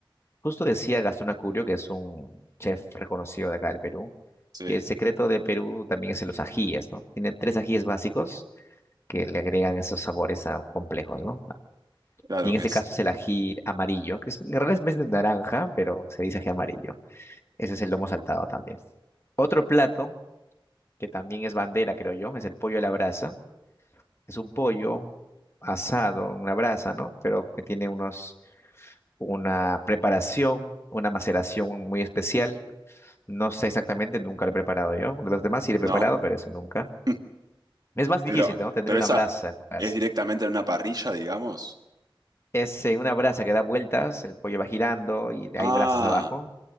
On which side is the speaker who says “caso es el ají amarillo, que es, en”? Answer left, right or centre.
Left